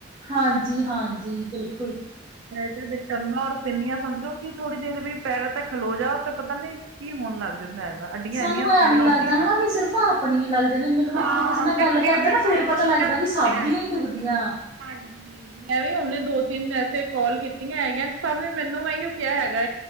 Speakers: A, on the right; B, on the right.
A: ਹਾਂਜੀ-ਹਾਂਜੀ ਬਿਲਕੁਲ
B: ਤੇ ਟੰਗਾਂ ਔਰ ਪਿੰਨੀਆਂ ਸਮਝੋ ਕਿ ਥੋੜੀ ਦੇਰ ਵੀ ਪੈਰਾਂ ਤੇ ਖਲੋ ਜਾਓ ਤੇ ਪਤਾ ਨੀ ਕੀ ਹੋਨ ਲੱਗ ਜਾਂਦਾ ਹੈਗਾ ਅੱਡੀਆਂ
A: ਸਾਨੂੰ
B: ਇੰਨੀਆਂ
A: ਐਵੇਂ
B: ਪੀੜ ਹੁੰਦੀਆਂ।
A: ਲੱਗਦਾ ਹਨਾ ਵੀ ਸਿਰਫ਼ ਆਪਣੀ ਹੀ ਲਾਗਦੇ ਨੇ ਮੈਨੂੰ
B: ਹਾਂ
A: ਜਦੋਂ ਕਿਸੇ ਨਾਲ
B: ਮੈਂ
A: ਗੱਲ ਕਰਦੇ
B: ਮੈਂ ਵੀ
A: ਨਾ
B: ਕਾਫ਼ੀ
A: ਫੇਰ ਪਤਾ
B: ਜਣਿਆਂ
A: ਲੱਗਦਾ
B: ਨੂੰ
A: ਵੀ ਸਭ
B: ਸੁਣਿਆ ਹੈ।
A: ਦੀਆਂ ਹੀ ਦੁਖਦੀਆਂ
B: ਹਾਂਜੀ ਮੈਂ ਵੀ ਹੁਣ ਦੋ ਤਿੰਨ ਐਸੇ ਕਾਲ ਕੀਤੀਆਂ ਹੈਗੀਆਂ ਸਭ ਨੇ ਮੈਨੂੰ ਇਹੀਓ ਕਿਹਾ ਹੈਗਾ।